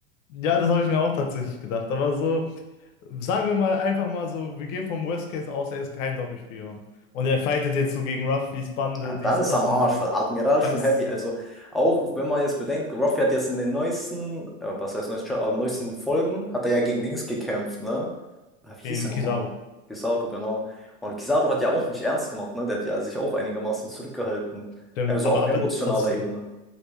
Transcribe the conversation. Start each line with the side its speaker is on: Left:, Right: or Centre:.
Left: Ja, das habe ich mir auch tatsächlich gedacht. Aber so, sagen wir mal einfach mal so, wir gehen vom Worst Case aus, er ist kein Doppelspion. Und er fightet jetzt so gegen Ruffys Bande,
Centre: Ja,
Left: dies,
Centre: dann ist
Left: das
Centre: er am
Left: und
Centre: Arsch,
Left: so.
Centre: weil Admiral
Left: Dann
Centre: schon
Left: ist
Centre: heavy,
Left: es wirklich
Centre: also auch wenn man jetzt bedenkt, Ruffy hat jetzt in den neuesten, äh, was heißt neuesten, aber neuesten Folgen, hat er ja gegen Dings gekämpft, ne? Ah, wie
Left: gegen
Centre: hieß er
Left: Kizaru.
Centre: nochmal? Kizaru, genau. Und Kizaru hat ja auch nicht ernst gemacht, ne? Der hat ja sich auch einigermaßen zurückgehalten.
Left: Stimmt,
Centre: Also
Left: aber,
Centre: auf
Left: aber
Centre: emotionaler
Left: trotzdem.
Centre: Ebene.